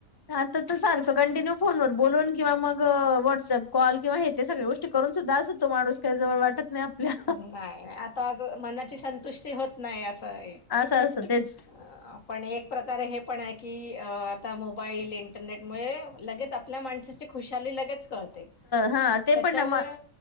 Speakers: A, on the left; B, on the left.
A: कं्य फ बोलून किंवा मग व्हॉट्सअप कॉल किंवा हे ते सगळ गोष्ट करून सुद्धा असत तो माणूस का जवळ वाटत नाही आपल्या
B: नाही आता मनाची संतुष्टी होत नाही असं
A: असं असं तेच
B: अ पण एक प्रकार हे पण आहे की अ मोबाईल इंटरनेट मु लगेच आपल्या माणसाची खुशाली लगेच त्याच्यामुळे
A: हा ते पण ना